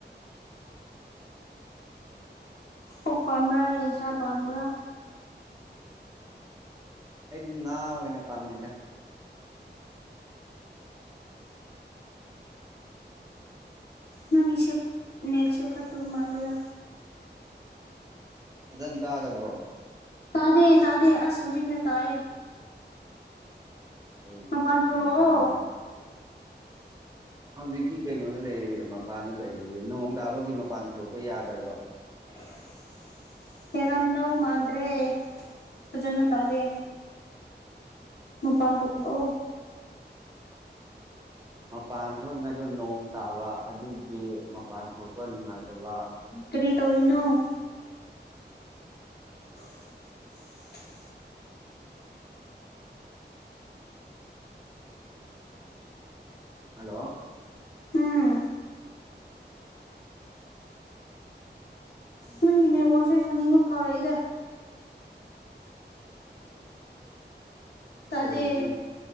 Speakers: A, on the left (about 65°); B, on the right (about 20°).
A: ꯑꯣꯛ ꯄꯥꯝꯕ꯭ꯔꯥ ꯌꯦꯟꯁꯥ ꯄꯥꯝꯕ꯭ꯔꯥ
B: ꯑꯩꯗꯤ ꯉꯥ ꯑꯣꯏꯅ ꯄꯥꯝꯃꯦꯗ
A: ꯅꯪꯁꯦꯞ ꯅꯦꯠꯁꯦ ꯐꯠꯇꯕ ꯃꯥꯂꯦꯗ
B: ꯐꯖꯅ ꯇꯥꯗꯕ꯭ꯔꯣ
A: ꯇꯥꯗꯦ ꯇꯥꯗꯦ ꯑꯁ ꯍꯧꯖꯤꯛꯅ ꯇꯥꯏꯑꯌꯦ
B: ꯑꯩ
A: ꯃꯄꯥꯟ
B: ꯈꯪꯗꯦꯅꯦ
A: ꯊꯣꯛꯂꯛꯑꯣ
B: ꯍꯧꯖꯤꯛꯇꯤ ꯀꯩꯅꯣꯅ ꯂꯩꯔꯤ ꯃꯄꯥꯟꯗ ꯂꯩꯔꯤꯌꯦ ꯅꯣꯡ ꯇꯥꯕꯒꯤ ꯃꯄꯥꯟ ꯊꯣꯛꯄ ꯌꯥꯗꯕ꯭ꯔꯥ
A: <unintelligible> ꯀꯦꯔꯝꯗꯎ ꯃꯥꯟꯗ꯭ꯔꯦ ꯐꯖꯅ ꯇꯥꯗꯦ ꯃꯄꯥꯟ ꯇꯣꯂꯑꯣ
B: ꯃꯄꯥꯟ ꯊꯣꯛꯏꯉꯩꯗꯣ ꯅꯣꯡ ꯇꯥꯕ ꯑꯗꯨꯒꯤ ꯃꯄꯥꯟ ꯊꯣꯛꯄ ꯐ ꯅꯨꯅꯨꯡꯉꯥꯏꯇ ꯋꯥ
A: ꯀꯔꯤ ꯇꯧꯔꯤꯅꯣ <unintelligible> <unintelligible>
B: ꯍꯜꯂꯣ
A: ꯎꯝ ꯅꯣꯏꯒꯤꯅꯦꯋꯥꯛꯁꯦ ꯁꯧꯅꯤꯡꯕ ꯐꯥꯎꯔꯛꯏꯗ ꯇꯥꯗꯦ
B: ꯀꯩꯅꯣ